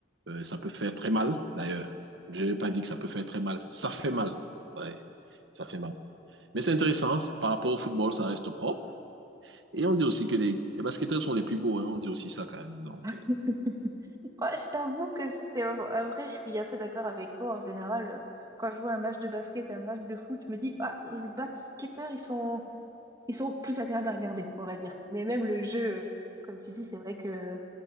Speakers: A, on the right; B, on the right.
A: euh, ça peut faire très mal, d'ailleurs. Je n'ai pas dit que ça peut faire très mal. Ça fait mal. Ouais, ça fait mal. Mais c'est intéressant. Par rapport au football, ça reste propre. Et on dit aussi que les, les basketteurs sont les plus beaux. hein. On dit aussi ça quand même. Donc,
B: <laughs>
A: euh,
B: Ouais, je t'avoue que c'est en en vrai, je suis assez d'accord avec toi. En général, euh, quand je vois un match de basket, un match de foot, je me dis, ah, les basketteurs, ils sont, ils sont plus agréables à regarder, on va dire. Mais même le jeu, euh, comme tu dis, c'est vrai que